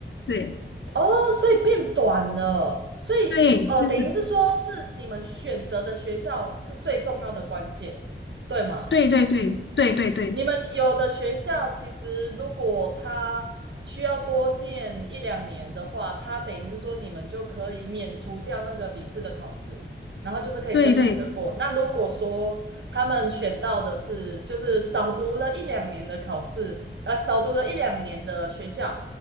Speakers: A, on the left; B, on the right.
A: 对
B: 哦，所以变短了，所以呃，
A: 对，就是
B: 等于是说是你们选择的学校是最重要的关键，对吗？
A: 对对对对对对对
B: 你们有的学校其实如果他需要多念一两年的话，他等于是说你们就可以免除掉那个笔试的考试，然后就是可以申请的过。
A: 对
B: 那如果说他们选到的是就是少读了一两年的考试，啊，少读了一两年的学校